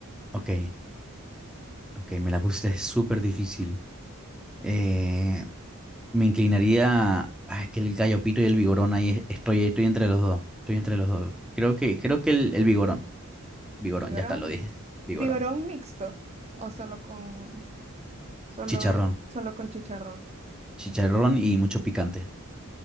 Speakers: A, in the centre; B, on the right.
A: Ok, ok, me la puse súper difícil. Eh, Me inclinaría. Ah, es que el gallopito y el vigorón ahí es- estoy, estoy entre los dos. Estoy entre los dos. Creo que, creo que el, el vigorón. Vigorón,
B: Llorón.
A: ya está, lo dije. Vigorón.
B: Vigorón mixto o solo con solo
A: Chicharrón.
B: solo con chicharrón.
A: Chicharrón y mucho picante.